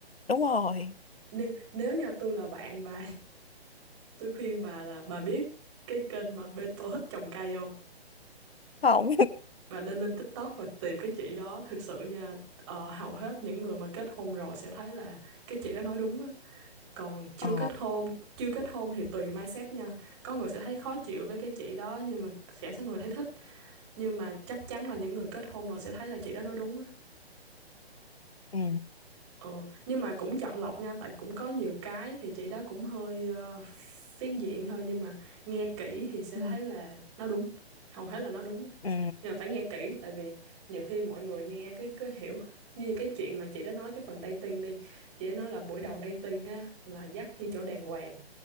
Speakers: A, on the left; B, on the right.
A: đúng rồi
B: nếu, nếu như tôi là bạn bà Tôi khuyên bà là bà biết cái kênh mà Beto thích trồng cây không?
A: không
B: Bà nên lên TikTok và tìm cái chị đó thực sự nha. Ờ, hầu hết những người mà kết hôn rồi sẽ thấy là cái chị đó nói đúng á. Còn chưa
A: <laughs> ờ
B: kết hôn, chưa kết hôn thì tùy mindset nha. Có người sẽ thấy khó chịu với cái chị đó nhưng mà sẽ có người thấy thích. Nhưng mà chắc chắn là những người kết hôn rồi sẽ thấy là chị đó nói đúng á.
A: ừ
B: Ờ, nhưng mà cũng chọn lọc nha, tại cũng có nhiều cái thì chị đó cũng hơi ờ, phiến diện thôi nhưng mà nghe kỹ thì sẽ
A: ừ
B: thấy là nó đúng hầu hết là nó đúng
A: ừ
B: nhưng mà phải nghe kỹ tại vì nhiều khi mọi người nghe cái cái hiểu như cái chuyện mà chị đã nói cái phần dating đi chị đã nói là buổi đầu dating á là dắt như chỗ đàng hoàng